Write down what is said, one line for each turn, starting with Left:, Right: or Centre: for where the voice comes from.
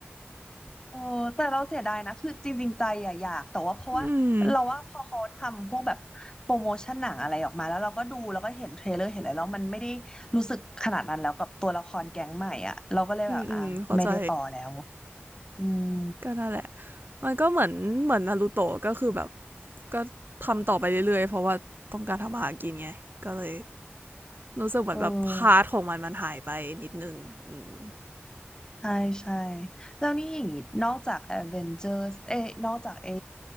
Left: โอ้แต่เราเสียดายนะคือจริงๆใจอะอยากแต่ว่าเพราะว่าเราว่าพอเขาทำพวกแบบโปรโมชั่นหนังอะไรออกมาแล้วเราก็ดูแล้วก็เห็นเทรลเลอร์เห็นอะไรแล้วมันไม่ได้รู้สึกขนาดนั้นแล้วกับตัวละครแก๊งใหม่อ่ะเราก็เลยแบบอ่าไม่ได้ต่อแล้ว
Right: อืมอืมอืมเข้าใจ
Left: อืม
Right: ก็นั่นแหละมันก็เหมือนเหมือนนารูโตะก็คือแบบก็ทำต่อไปเรื่อยๆเพราะว่าต้องการทำอาหารกินไงก็เลยรู้สึกเหมือนแบบพาร์ทของมันมันหายไปนิดนึงอืม
Left: เออใช่ใช่แล้วนี่อย่างงี้นอกจาก Avengers เอ้ยนอกจากไอ้